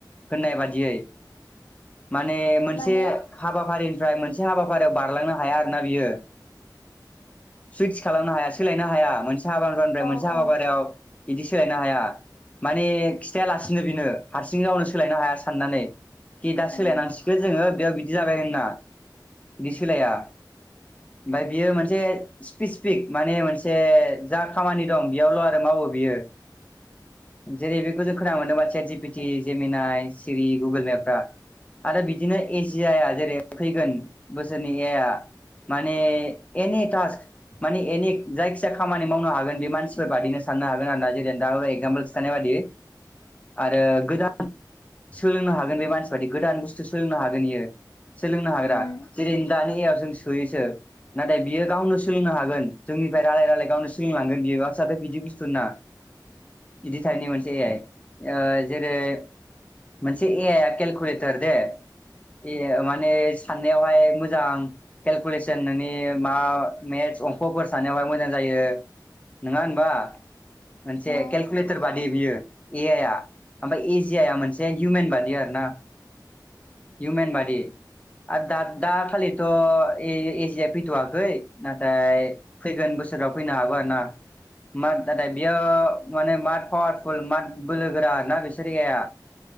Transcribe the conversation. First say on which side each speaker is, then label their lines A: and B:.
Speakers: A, on the left (about 20°); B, on the left (about 75°).
A: होननाय बादियै। माने मोनसे
B: माने
A: हाबाफारिनिफ्राय मोनसे हाबाफारियाव बारलांनो हाया आरोना बियो। सुइदस खालामनो हाया सोलायनो हाया मोनसे। <unintelligible> मोनसे हाबाफारियाव
B: औ औ
A: इदि सोलायनो हाया। माने खिथायालासिनो बेनो हारसिं गावनो सोलायनो हाया साननानै। कि दा सोलायनांसिगोन
B: उम
A: जोङो बेयाव बिदि जाबाय होनना बिदि सोलाया। ओमफाय बियो मोनसे स्पेसिफिक माने मोनसे जा खामानि दं बेयावल' आरो मावो। बियो। जेरै बेखौ जों खोनानो मोनदों मानसिया जि पिटि जेमिनानाय सिरि गुगोल मेपफ्रा। आरो बिदिनो एजि आइआ जेरै फैगोन बोसोरनि ए इआ। माने एनि टास्क माने एनि जायखिजाया खामानि मावनो हागोन बे मानसिफोर बादिनो सा--। साननो हागोन जेरै एगजापोलस थानाय बाददि। आरो गोदान सोलोंनो हागोन बे मानसि बादि गोदान बुस्थु सोलोंनो हागोन इयो। सोलोंनो हाग्रा
B: उम
A: जिरिं दानि ओ। जों सोयोसो नाथाय बियो गावनो सोलोंनो हागोन जोंनिफ्राय रायलाय रायलाय गावनो सिलोंलांगोन बियो। बिदि बुस्थुनना इदिथारनि मोनसे ओ जेरै। मोनसे ए आइ आ केलकुलेटार दे। ए माने साननायावहाय मोजां केलकुलेसन नोंनि मा मेद। अंक'फोर साननायाव बांङाय मोजां जायो नोंङा ओनबा मोनसे
B: औ
A: केलक--। कुलेटर बादि बियो ए आइ आ ओमफाय एजियाया मोनसे इउमेन बादि आरोना। इउमेन बाडि। आरो दाद दा खालिथ' ए एजिया फैथ'वाखै नाथाय फैगोनबो। बोसोराव फैनो हागौ आरो ना मा दाथाय बियो। माने माद पावारफुल माट बोलो गोरा ना बिसोरियाया।